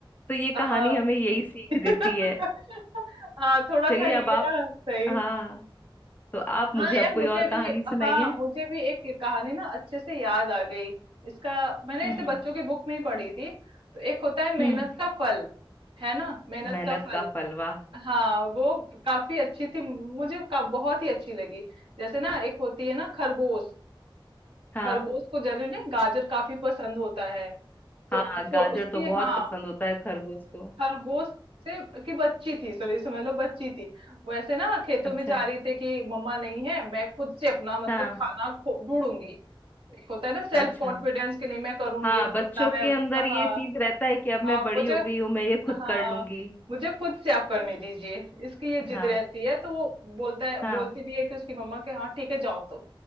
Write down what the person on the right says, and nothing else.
हाँ
<laughs>
हाँ, थोड़ा
सा ये
ना सही
हाँ
यार
मुझे
भी
हाँ मुझे भी एक कहानी ना अच्छे से याद आ गई इसका मैंने
इसे बच्चों की बुक में ही पढ़ी थी तो एक होता है मेहनत
का फल है ना मेहनत
का फल
हाँ वो काफी अच्छी थी मुझे का, बहुत ही अच्छी लगी जैसे ना एक होती है ना खरगोश
खरगोश को जनरली गाजर काफी पसंद होता है तो
थो-
उसके
हाँ
खरगोश से की बच्ची थी सॉरी समझ लो बच्ची थी वैसे ना खेतों
में जा रही थी कि मम्मा नहीं है मैं खुद से अपना मतलब
खाना खो- ढूंढूंगी एक होता है ना सेल्फ
कॉन्फिडेंस कि नहीं मैं करूंगी
अब
कितना मैं
हाँ
हाँ
मुझे
हाँ
मुझे खुद से आप करने दीजिए इसकी ये जिद
रहती है तो वो बोलता है
बोलती भी है कि उसकी मम्मा के हाँ ठीक है जाओ तुम